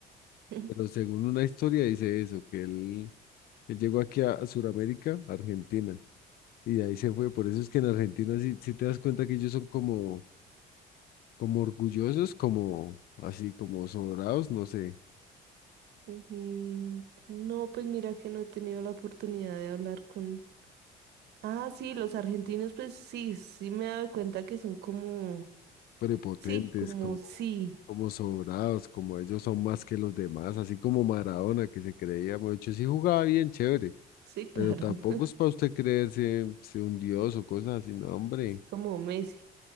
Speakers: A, on the right; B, on the left.
A: <laughs>
B: Pero según una historia dice eso, que él, él llegó aquí a, a Sudamérica, Argentina, y de ahí se fue. Por eso es que en Argentina sí, sí te das cuenta que ellos son como, como orgullosos, como así, como sobrados, no sé.
A: Ujú, No, pues mira que no he tenido la oportunidad de hablar con... Ah, sí, los argentinos, pues sí, sí me he dado cuenta que son como...
B: prepotentes,
A: Sí, como
B: como,
A: sí,
B: como sobrados, como ellos son más que los demás, así como Maradona que se creía mucho, sí jugaba bien chévere,
A: sí, claro,
B: pero tampoco
A: <laughs>
B: es para usted creerse se un dios o cosas así, no, hombre,
A: sí, como Messi.